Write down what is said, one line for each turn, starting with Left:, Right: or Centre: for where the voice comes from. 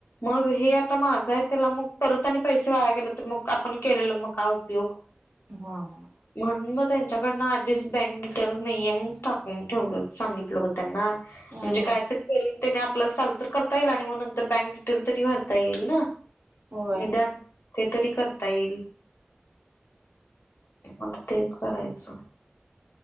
Left: मग हे आता माझं आहेत. त्याला मग परत आणि पैसे वाया गेले तर मग आपण केलेल मग काय उपयोग?
Right: हम्म.
Left: म्हणून मग त्यांच्याकडनं आधीच बँक डिटेल नाहीेये म्हणूनच टाकून ठेवलं सांगितलं ग त्यांना.
Right: ह
Left: म्हणजे
Right: हा
Left: कायतरी करून त्याने आपल्याला चालू तर करता येईल आणि मग नंतर बँक डिटेल तरी भरता येईल ना.
Right: होय
Left: निदान ते तरी करता येईल. मग आता तेच करायचं.